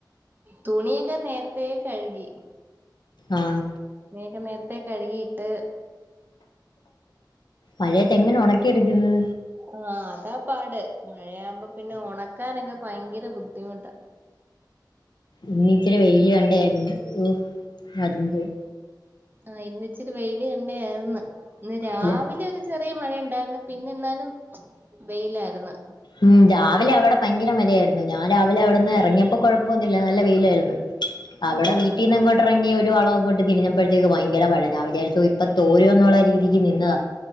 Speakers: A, on the right; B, on the left.
A: തുണിയൊക്ക നേരത്തേ കഴുകി
B: ആഹ്
A: ഞാന് നേരത്തെ കഴുകിയിട്ട്
B: മഴയത്തെങ്ങനെ ഒണക്കി എടുക്കുന്ന്
A: ആഹ് അതാ പാട് മഴയാവുമ്പോ പിന്നെ ഉണക്കാനൊക്കെ ഭയങ്കര ബുദ്ധിമുട്ടാ
B: ഇന്ന് ഇച്ചിരി വെയില് കണ്ടേയിരുന്നു അതും പോയി
A: ആഹ് ഇന്ന് ഇച്ചിരി വൈ ഇന്ന് കണ്ടേ ആര്ന്ന് ഇന്ന് രാവിലെ
B: ഇല്ല
A: ഒരു ചെറിയ മഴയുണ്ടായിരുന്നു പിന്നെ എന്നാലും വെയിലായിരുന്നു
B: ഉം രാവിലെ അവിടെ ഭയ നല്ല മഴയായിരുന്നു ഞാൻ രാവിലെ അവിടുന്ന് എറങ്ങിയപ്പോ കൊഴപ്പൊന്നുമില്ല നല്ല വെയിലായിരുന്നു. അവിടെ വീട്ടീന്ന്
A: ആണോ
B: ഇങ്ങോട്ടിറങ്ങി ഒരു വളവങ്ങോട്ട് തിരിഞ്ഞപ്പോഴത്തേക്ക് ഭയങ്കര മഴ ഞാൻ വിചാരിച്ചു ഇപ്പൊ തോരുവെന്നുള്ള രീതിക്ക് നിന്നതാ